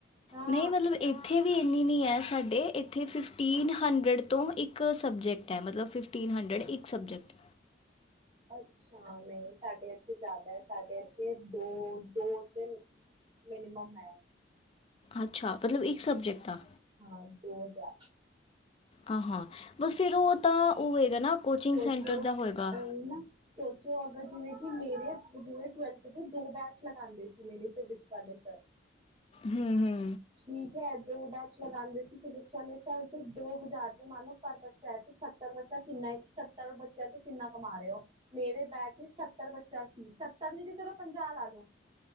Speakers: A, on the right (about 30°); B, on the left (about 30°).
A: ਹਾਂ
B: ਨਹੀਂ, ਮਤਲਬ ਇੱਥੇ ਵੀ ਇੰਨੀ ਨੀ ਹੈ, ਸਾਡੇ ਇੱਥੇ ਫਿਫਟੀਨ ਹੰਡਰਡ ਤੋਂ ਇੱਕ ਸਬਜੈਕਟ ਹੈ, ਮਤਲਬ ਫਿਫਟੀਨ ਹੰਡਰਡ ਇੱਕ ਸਬਜੈਕਟ
A: ਅੱਛਾ, ਨਹੀਂ ਸਾਡੇ ਇਥੇ ਜ਼ਿਆਦਾ ਹੈ। ਸਾਡੇ ਇੱਥੇ ਦੋ-ਦੋ ਤੇ ਮਿਨੀਮਮ ਹੈ।
B: ਅੱਛਾ, ਮਤਲਬ ਇੱਕ ਸਬਜੈਕਟ ਦਾ
A: ਹਾਂ, ਦੋ ਹਜ਼ਾਰ।
B: ਆਹ ਹਾਂ ਬਸ ਫ਼ਿਰ ਉਹ ਤਾਂ ਉਹ ਹੋਏਗਾ ਨਾ ਕੋਚਿੰਗ
A: ਸੋਚੋ,
B: ਸੈਂਟਰ
A: ਅ
B: ਦਾ ਹੋਏਗਾ
A: ਹਨ ਨਾ, ਸੋਚੋ ਅਗਰ, ਜਿਵੇਂ ਕਿ ਮੇਰੇ, ਜਿਵੇਂ ਟਵੈਲਥ ਦੇ ਦੋ ਬੈਚ। ਲਗਾਉਂਦੇ ਸੀ, ਮੇਰੀ ਫਿਜ਼ਿਕਸ ਵਾਲੇ ਸਰ।
B: ਹਮ-ਹਮ
A: ਠੀਕ ਹੈ। ਦੋ ਬੈਚ ਲਗਾਉਂਦੇ ਸੀ, ਫਿਜ਼ਿਕਸ ਵਾਲੇ ਸਰ, ਤੇ ਦੋ ਹਜ਼ਾਰ। ਮੰਨ ਲਓ, ਪਰ ਬੱਚਾ ਹੈ, ਤੇ ਸੱਤਰ ਬੱਚਾ ਕਿੰਨਾ ਹੈ? ਸੱਤਰ ਬੱਚਿਆ ਤੋਂ ਕਿੰਨਾ। ਕਮਾ ਰਹੇ ਹੋ। ਮੇਰੇ ਬੈਚ 'ਚ ਸੱਤਰ ਬੱਚਾ ਸੀ, ਸੱਤਰ ਨਹੀਂ ਤਾਂ ਚਲੋ ਪੰਜਾਹ ਲਾ ਲਓ।